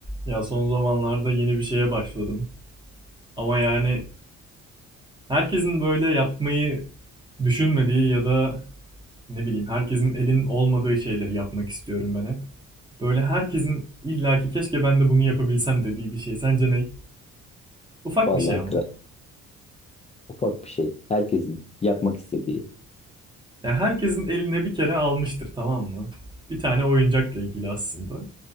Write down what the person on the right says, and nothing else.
Ya son zamanlarda yeni bir şeye başladım. Ama yani herkesin böyle yapmayı düşünmediği ya da ne bileyim herkesin elinin olmadığı şeyleri yapmak istiyorum ben hep. Böyle herkesin illaki keşke ben de bunu yapabilsem dediği bir şey. Sence ne? Ufak
bir şey ama.
Ya herkesin eline bir kere almıştır tamam mı? Bir tane oyuncakla ilgili aslında.